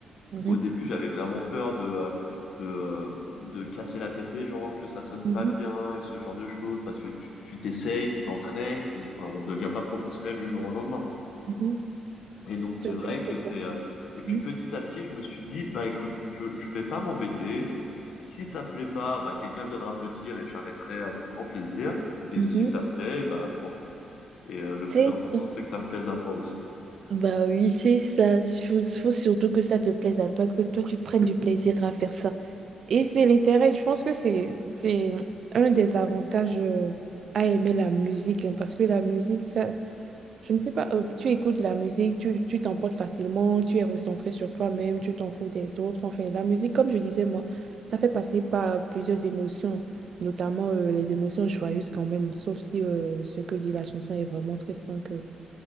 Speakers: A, on the right (about 45°); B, on the left (about 65°).
A: Mhm,
B: au début, j'avais vraiment peur de, euh, de, euh, de casser la tête des gens, que ça sonne
A: mhm,
B: pas bien et ce genre de choses, parce que tu tu t'essayes, tu t'entraînes, tu- enfin, on devient pas professionnel du jour au lendemain.
A: mhm.
B: Et donc, c'est
A: je suis
B: vrai que
A: tout
B: c'est.
A: à
B: euh, Et puis,
A: Mhm,
B: petit à petit, je me suis dit, bah écoute, je je vais pas m'embêter. Si ça plaît pas, bah quelqu'un viendra me le dire et j'arrêterai avec grand plaisir. Et
A: mhm.
B: si ça plaît, bah tant mieux. Et euh, le
A: C'est
B: plus important,
A: ça.
B: c'est que ça me plaise à moi aussi. quoi.
A: Bah oui, c'est ça. Il faut surtout que ça te plaise à toi, que toi tu prennes du plaisir à faire ça. Et c'est l'intérêt. Je pense que c'est c'est un des avantages euh, à aimer la musique, hein, parce que la musique, ça, Je ne sais pas, euh, tu écoutes la musique, tu, tu t'emportes facilement, tu es recentré sur toi-même, tu t'en fous des autres. Enfin, la musique, comme je disais, moi, ça fait passer par plusieurs émotions, notamment euh, les émotions joyeuses quand même, sauf si euh, ce que dit la chanson est vraiment triste. Donc, euh,